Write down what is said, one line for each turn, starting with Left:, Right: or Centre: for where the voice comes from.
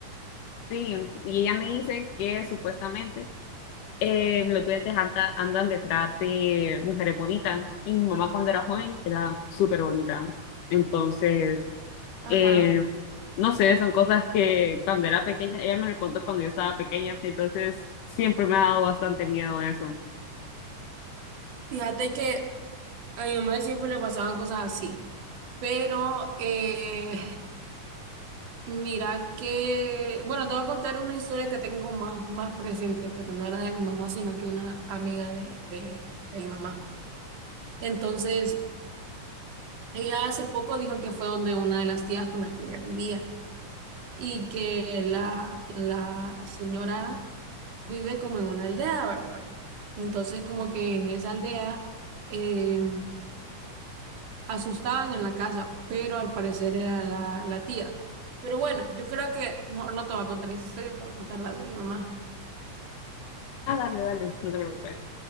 Left: sí, y ella me dice que supuestamente eh, los duendes anda- andan detrás de mujeres bonitas y mi mamá cuando era joven era súper bonita. Entonces...
Right: Ajá.
Left: Eh, no sé, son cosas que cuando era pequeña, ella me lo contó cuando yo estaba pequeña, entonces siempre me ha dado bastante miedo eso.
Right: Fíjate que a mi mamá siempre le pasaban cosas así, pero eh, Mira que, bueno, te voy a contar una historia que tengo más, más presente, pero no era de mi mamá, sino que una amiga de, de, de mi mamá. Entonces, ella hace poco dijo que fue donde una de las tías con las que ella vivía y que la, la señora vive como en una aldea, ¿verdad? Entonces, como que en esa aldea eh, asustaban en la casa, pero al parecer era la, la tía. Pero bueno, yo creo que no, no te voy a contar esa historia, te voy a contar la de mi mamá.
Left: Ah, dale, dale, no te preocupes.